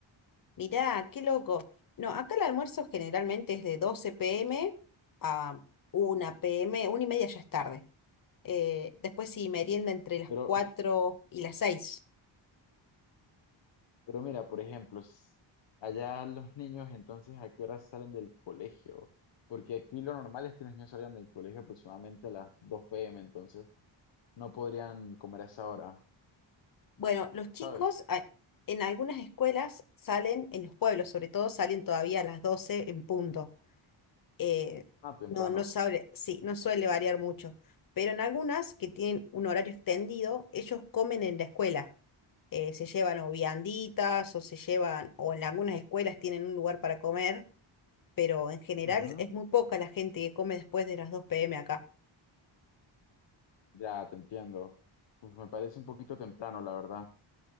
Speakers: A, on the left; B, on the left.
A: Mirá, qué loco. No, acá el almuerzo generalmente es de 12 pm a 1 pm, una y media ya es tarde. Eh, después sí, merienda entre las
B: Pero,
A: 4 y las seis
B: pero mira, por ejemplo, s- allá los niños entonces ¿a qué hora salen del colegio? Porque aquí lo normal es que los niños salgan del colegio aproximadamente a las 2 pm, entonces no podrían comer a esa hora,
A: Bueno, los chicos
B: ¿sabes?
A: a- en algunas escuelas salen, en los pueblos sobre todo, salen todavía a las 12 en punto. Eh,
B: Ah, temprano.
A: no, no sabe, sí, no suele variar mucho. Pero en algunas que tienen un horario extendido, ellos comen en la escuela. Eh, se llevan o vianditas o se llevan, o en algunas escuelas tienen un lugar para comer, pero en general
B: Ujú.
A: es muy poca la gente que come después de las 2 p.m. acá.
B: Ya, te entiendo. Pues me parece un poquito temprano, la verdad,